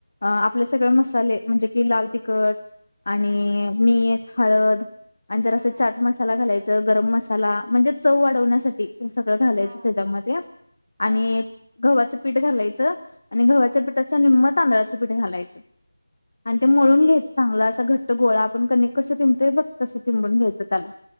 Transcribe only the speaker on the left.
आपले सगळे मसाले म्हणजे कि लाल तिखट आणि
मीठ हळद आणी जरासं
चाट मसाला घालायचा गरम मसाला म्हणजे चव वाढवण्यासाठी हे सगळं घालायचं
त्याच्यामध्ये
आणि
गव्हाचं पीठ घालायचं आणि गव्हाच्या
पीठाच्या नििमत तांदळाच पीठ घालायचं आणि ते मोळून
घ्यायचं चांगलं असं घट गोळा आपण कने कस टिंबतोय बघ तसं तिंबून घ्यायचं त्याला